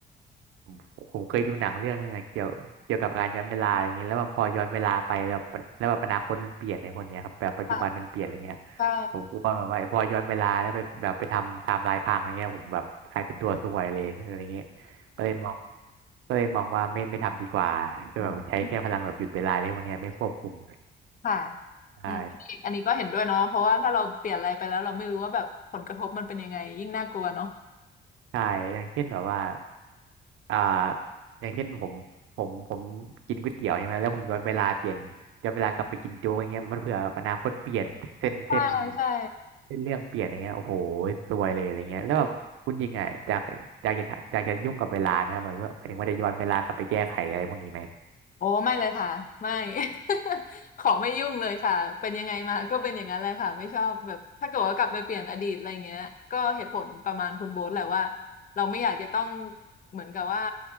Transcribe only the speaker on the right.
ผมผมเคยดูหนังเรื่องนึงอะเกี่ยวเกี่ยวกับการย้อนเวลาอะไรเงี้ยแล้วแบบพอย้อนเวลาไปแบบแล้วแบบอนาคตมันเปลี่ยนในพวกเนี้ยครับแบบปัจจุบันมันเปลี่ยนอะไรเงี้ย
ผมกลัวแบบว่าพอย้อนเวลาแล้วไปแบบไปทำไทม์ไลน์พังอะไรเงี้ยผมแบบกลายเป็นตัวซวยเลยอะไรเงี้ยก็เลยมองก็เลยมองว่าไม่ไม่ทำดีกว่าก็แบบใช้แค่พลังแบบหยุดเวลาเลยพวกเนี้ยไม่ควบคุม
ใช่
ใช่อย่างเช่นแบบว่าอ่าอย่างเช่นผมผมผมกินก๋วยเตี๋ยวใช่ไหมแล้วผมย้อนเวลาเปลี่ยนย้อนเวลากลับไปกินโจ๊กอย่างเงี้ยมันเผื่อแบบอนาคตเปลี่ยนเส้นเส้น
เส้นเรื่องเปลี่ยนอะไรเงี้ยโอ้โหซวยเลยอะไรเงี้ยแล้วแบบคุณยิงอ่ะอยากอยากจะทำอยากจะยุ่งกับเวลาไหมครับหมายว่าหมายถึงว่าจะย้อนเวลากลับไปแก้ไขอะไรพวกนี้ไหม